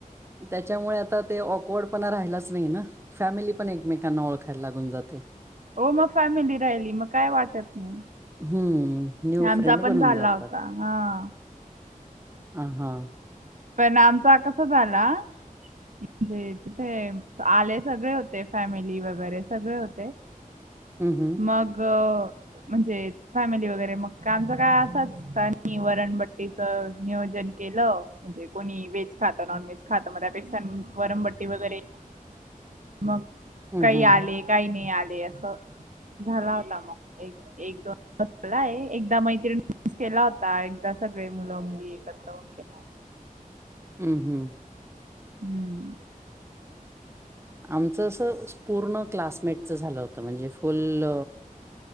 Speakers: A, on the right; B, on the right.
A: त्याच्यामुळे आता ते ऑकवर्ड पणा राहिलाच नाही ना, फॅमिली पण एकमेकांना ओळखायला लागून जाते.
B: हो, मग फॅमिली राहिली. मग काय वाटत नाही.
A: हम्म. न्यू
B: आमचा
A: फ्रेंड
B: पण
A: बनून
B: झाला
A: जातात
B: होता हा
A: हा.
B: पण आमचा कस झाला. म्हणजे तिथे आले सगळे होते, फॅमिली वगैरे. सगळे होते,
A: हं, हं.
B: मग म्हणजे फॅमिली वगैरे मग आमचा काय असाच. <unintelligible> वरणबट्टीच नियोजन केलं. म्हणजे कोणी व्हेज खात, नॉन व्हेज खातं मग त्यापेक्षा वरणबट्टी वगैरे, मग
A: हं,
B: काही
A: हं.
B: आले काही, नाही आले असं. झाला होता. मग एक एक दोन झालाय, एकदा मैत्रिणीस केला होता. एकदा सगळे मुलं मुली एकत्र. Okay bye.
A: हम्म हम्.
B: हम्म.
A: आमचं असं पूर्ण क्लासमेटच झालं होतं, म्हणजे फुल.